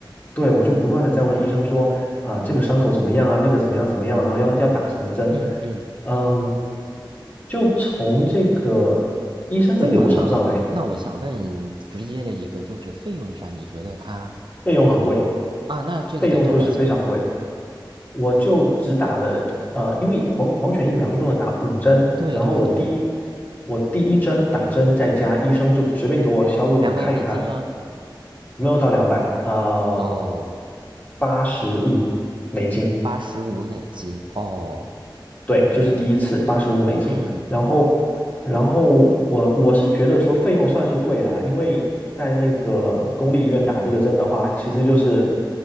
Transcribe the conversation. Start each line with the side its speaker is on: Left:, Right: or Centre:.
Left: 对，我就不断的在问医生说，啊、这个伤口怎么样啊？那个怎么样怎么样？然后要要打什么针？
Right: 嗯嗯，
Left: 嗯，就从这个医生的流程上来，
Right: 费用呢？那我想问直接的一个，就是费用上，你觉得它，
Left: 费用很贵，
Right: 嗯啊，那这个得多少钱了？
Left: 费用就是非常贵。我就只打了，呃，因为狂狂犬疫苗一共要打五针，
Right: 对对对，
Left: 然后我第一我第一针打针在家，医生就随便给我消个毒看一看，
Right: 两百美金吗？
Left: 没有到两百，呃，
Right: 哦，
Left: 八十五美金，
Right: 八十五美金，哦，
Left: 对，就是第一次八十五美金，
Right: 嗯。
Left: 然后，然后我我是觉得说费用算是贵的啊因为在那个公立医院打这个针的话，其实就是